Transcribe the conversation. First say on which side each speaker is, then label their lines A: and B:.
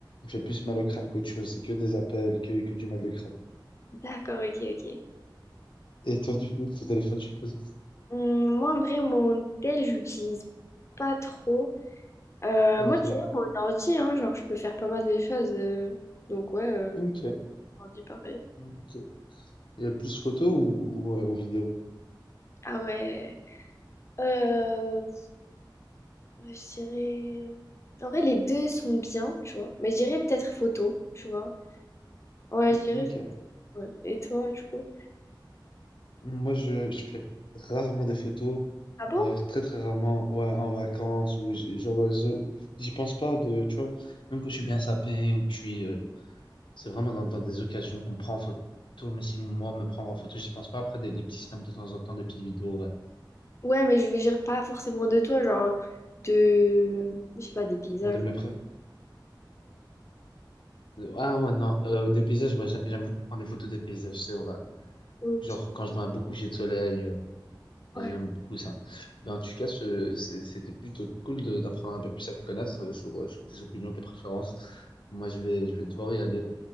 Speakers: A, on the left; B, on the left.
A: me fait plus mal au crâne qu'autre chose. C'est que des appels, que, que du mal de crâne.
B: D'accord, ok, ok.
A: Et toi, du coup, ton téléphone, je suppose.
B: Hum, Moi, en vrai, mon tel, j'utilise pas trop. Euh,
A: Ok,
B: moi, je dirais mon ordi, hein, genre, je peux faire pas mal de choses. euh, donc, ouais, euh,
A: ok,
B: ordi pareil.
A: ok. Il y a plus photos ou, ou, euh, ou vidéo?
B: Ah ouais. Euh, je dirais... euh, En vrai, les deux sont bien, tu vois. Mais je dirais peut-être photo, tu vois. Ouais, je dirais...
A: Ok.
B: photo, ouais. Et toi, du coup?
A: Moi, je, je fais rarement des photos.
B: Ah bon?
A: Alors, très, très rarement, ouais, en vacances, ou j'- genre, je- j'y pense pas de, tu vois, même quand je suis bien sapé ou que je suis, euh, C'est vraiment dans, dans des occasions qu'on prend en photo, mais sinon, moi, me prendre en photo, j'y pense pas. Après, des, des petits snaps de temps en temps, des petites vidéos, ouais.
B: Ouais, mais je veux dire pas forcément de toi, genre de... Je sais pas, des paysages.
A: De mes préférences Ah ouais, non, euh, des paysages, ouais, j'aime j'aime beaucoup prendre des photos des paysages, c'est vrai.
B: Ok.
A: Genre, quand je vois un beau coucher de soleil, euh,
B: Ouais.
A: j'aime beaucoup ça. Mais en tout cas, ce- c'est- c'était plutôt cool de- d'apprendre un peu plus à te connaître euh, sur, euh, sur tes opinions, tes préférences. Moi, je vais, je vais devoir y aller.